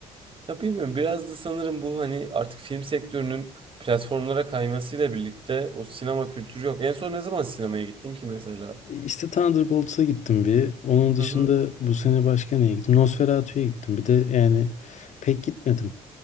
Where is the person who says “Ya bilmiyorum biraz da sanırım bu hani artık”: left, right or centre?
Right